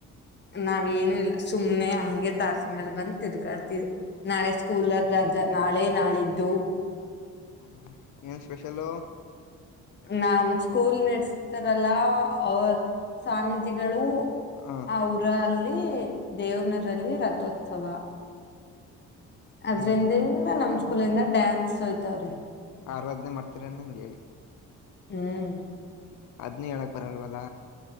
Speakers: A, on the left (about 35°); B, on the left (about 80°).
A: ನಾವೇಏನು ಇಲ್ಲ ಸುಮ್ನೆ ಹಂಗೆ ತಾಸಿ ಮೇಲ್ ಬಂದ ತಿರ್ಗಾಡ್ತವಿ ನಾಳೆ ಸ್ಕೂಲರ್ ರಾಜ ನಾಳೆ ನಾಳಿದ್ದು
B: ಹ್ಮ ಏನ್ ಸ್ಪೆಷಲ್ಲ
A: ನಮ್ ಸ್ಕೂಲ್ ನಡ್ಸ್ತಾರಲ್ಲ ಎಲ್ಲ ಸ್ವಾಮೀಜಿಗಳು
B: ಹ
A: ಅವರಲ್ಲಿ ದೇವನರಲ್ಲಿ ರಥೋತ್ಸವ ಅದ್ರಿಂದಿಂದ
B: ಹ
A: ನಮ್ ಸ್ಕೂಲಂದ ಡ್ಯಾನ್ಸ್ ಹೋಯ್ತವ್ರಿ
B: ಆರವದ್ನೆೇ ಮಾಡ್ತೀರನ್ನಂಗೆ ಹೇಳಿ
A: ಹ್ಮ್
B: ಅದ್ನ ಹೇಳಕ್ ಬರಲ್ವಲ್ಲ